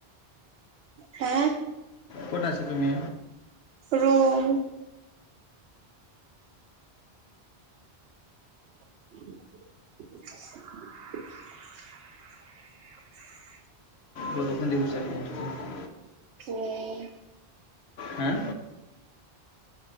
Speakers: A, on the right; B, on the left.
A: হা?
B: ক'ত আছা তুমি?
A: ৰুম। <inaudible> <inaudible>
B: বৰষুন দিব, <unintelligible>
A: <unintelligible>
B: হে?